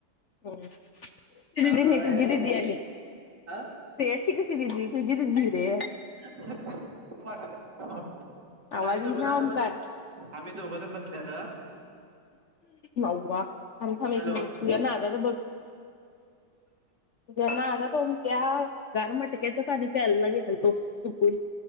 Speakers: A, on the left; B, on the right.
A: ह् तदी
B: मग
A: नाही तुझी दिदी आली
B: अ
A: स््री अशी क त दि तुजी दिदीी रे
B: म्हणजे
A: आवाज
B: आम्ही दोघंदा
A: येईना ओमकार
B: बसते आम्ही दोघंजण बसले आलं
A: नाववामथम एक
B: हॅलो
A: नाध बघ ज्यांना आग तोमक्या गारमटक्याचं पाणी प्यायला घेल तो चुकून